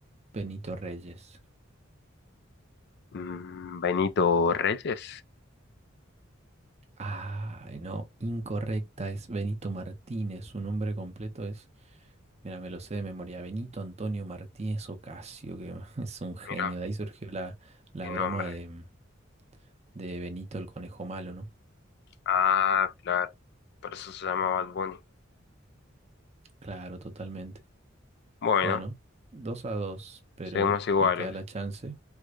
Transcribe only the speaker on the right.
Benito Reyes.
Ay, no, incorrecta, es Benito Martínez. Su nombre completo es, mira, me lo sé de memoria, Benito Antonio Martínez Ocasio, que <laughs> es un genio.
De ahí surgió la, la
broma
de, de Benito el Conejo Malo, ¿no?
Claro, totalmente.
Bueno, 2 a 2, pero
me queda la chance